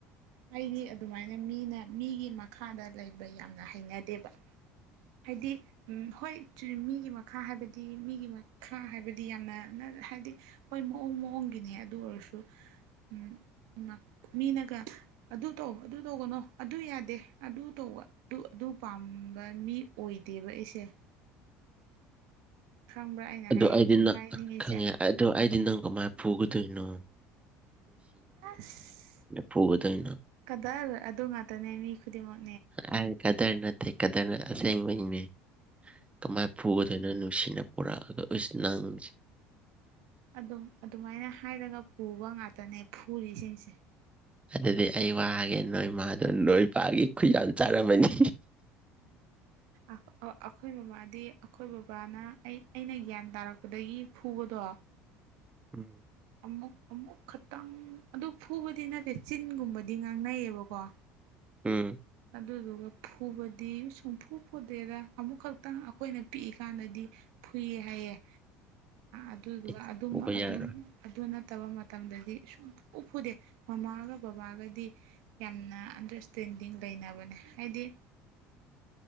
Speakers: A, on the right (about 75°); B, on the right (about 15°).
A: ꯑꯩꯗꯤ ꯑꯗꯨꯃꯥꯏꯅ ꯃꯤꯅ ꯃꯤꯒꯤ ꯃꯈꯥꯗ ꯂꯩꯕ ꯌꯥꯝꯅ ꯍꯩꯅꯗꯦꯕ ꯍꯥꯏꯗꯤ ꯍꯣꯏ ꯃꯤꯒꯤ ꯃꯈꯥ ꯍꯥꯏꯕꯗꯤ ꯃꯤꯒꯤ ꯃꯈꯥ ꯍꯥꯏꯕꯗꯤ ꯌꯥꯝꯅ ꯍꯥꯏꯗꯤ ꯍꯣꯏ ꯃꯑꯣꯡ ꯃꯑꯣꯡꯒꯤꯅꯦ ꯑꯗꯨ ꯑꯣꯏꯔꯁꯨ ꯎꯝ ꯃꯤꯅꯒ ꯑꯗꯨ ꯇꯧ ꯑꯗꯨ ꯇꯧꯒꯅꯣ ꯑꯗꯨ ꯌꯥꯗꯦ ꯑꯗꯨ ꯇꯧꯕ ꯑꯗꯨ ꯑꯗꯨ ꯄꯥꯝꯕ ꯃꯤ ꯑꯣꯏꯗꯦꯕ ꯑꯩꯁꯦ ꯈꯪꯕ꯭ꯔꯥ ꯑꯩꯅ
B: ꯑꯗꯨ
A: ꯍꯥꯏꯅꯤꯡ
B: ꯑꯩꯗꯤ ꯅꯪ
A: ꯍꯥꯏꯅꯤꯡꯉꯤꯁꯦ
B: ꯈꯪꯉꯦ ꯑꯗꯨ ꯑꯩꯗꯤ ꯅꯪ ꯀꯃꯥꯏꯅ ꯄꯨꯒꯗꯣꯏꯅꯣ
A: ꯑꯁ
B: ꯐꯨꯒꯗꯣꯏꯅꯣ
A: ꯀꯗꯔ ꯑꯗꯨ ꯉꯥꯛꯇꯅꯦ ꯃꯤ ꯈꯨꯗꯤꯡꯃꯛ
B: ꯍꯥꯏ ꯀꯗꯔ ꯅꯠꯇꯦ ꯀꯗꯔꯅ ꯑꯁꯦꯡꯕꯅꯦ ꯀꯃꯥꯏ ꯐꯨꯒꯗꯣꯏꯅꯣ ꯃꯁꯤꯅ ꯄꯨꯣꯔꯛꯑꯒ ꯑꯩ ꯅꯪꯁꯦ
A: ꯑꯗꯨꯝ ꯑꯗꯨꯃꯥꯏꯅ ꯍꯥꯏꯔꯒ ꯄꯨꯕ ꯉꯥꯛꯇꯅꯦ ꯐꯨꯔꯤꯁꯤꯡꯁꯦ
B: ꯑꯗꯨꯗꯤ ꯑꯩ ꯋꯥꯒꯦ ꯅꯣꯏ ꯃꯥꯗꯣ ꯅꯣꯏꯄꯥꯒꯤ ꯈꯨꯠ ꯌꯥꯝ ꯆꯥꯔꯝꯃꯅꯤ
A: ꯑꯩꯈꯣꯏ ꯃꯃꯥꯗꯤ ꯑꯩꯈꯣꯏ ꯕꯕꯥꯅ ꯑꯩ ꯑꯩꯅ ꯒ꯭ꯌꯥꯟ ꯇꯥꯔꯛꯄ ꯂꯄꯗꯒꯤ ꯐꯨꯕꯗꯣ
B: ꯎꯝ
A: ꯑꯃꯨꯛ ꯑꯃꯨꯛ ꯈꯛꯇꯪ ꯑꯗꯨ ꯐꯨꯕꯗꯤ ꯅꯠꯇꯦ ꯆꯤꯟꯒꯨꯝꯕꯗꯤ ꯉꯥꯡꯅꯩꯌꯦꯕꯀꯣ
B: ꯎꯝ
A: ꯑꯗꯨꯗꯨꯒ ꯐꯨꯕꯗꯤ ꯁꯨꯝꯐꯨ ꯐꯨꯗꯦꯗ ꯑꯃꯨꯛ ꯈꯛꯇꯪ ꯑꯩꯈꯣꯏꯅ ꯄꯤꯛꯏꯀꯥꯟꯗꯗꯤ ꯐꯨꯏꯌꯦ ꯍꯥꯏꯌꯦꯦ ꯑꯗꯨꯗꯨꯒ
B: ꯏꯁ,
A: ꯑꯗꯨ
B: ꯐꯨꯕ ꯌꯥꯔꯣꯏ
A: ꯑꯗꯨꯅ ꯐ ꯇꯕ ꯃꯇꯝꯗꯗꯤ ꯁꯨꯡ ꯐꯨ ꯐꯨꯗꯦ ꯃꯃꯥꯒ ꯕꯕꯥꯒꯗꯤ ꯌꯥꯝꯅ ꯑꯟꯗꯔꯁꯇꯦꯟꯗꯤꯡ ꯂꯩꯅꯕꯅꯦ ꯍꯥꯏꯗꯤ